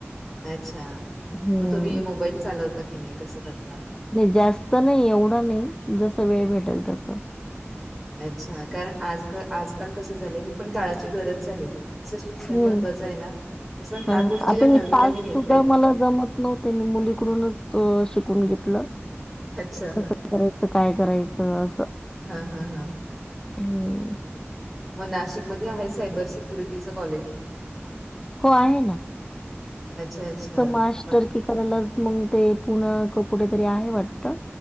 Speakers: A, in the centre; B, on the left.
A: <unintelligible> मग
B: हं.
A: तुम्ही मोबाईल चालवता की नाही कसं करता.
B: नाही जास्त नाही एवढं नाही जस वेळ भेटेल तस
A: अच्छा कारण आज आजकाल कसं झालं, ही पण काळाची गरज झाली तसं शिक्षण
B: हं.
A: महत्त्वाचं आहे. ना तसं ह्या
B: हां.
A: गोष्टी
B: आता
A: ज्या नवीन
B: हे तास
A: नवीन येतात
B: सुद्धा मला
A: ना
B: जमत नव्हते मी मुलीकडूनच अ शिकून घेतलं.
A: अच्छा
B: कसं
A: हा
B: करायचं काय करायचं असं
A: हा हा हा
B: हो.
A: मग नाशिकमध्येध्ये आहे सायबर सिक्युरिटीचं कॉलेज
B: हो आहे ना.
A: अच्छा अच्छा
B: फक्त मास्टर
A: म
B: की करायला मग ते पुन कुठेतरी आहे वाटत.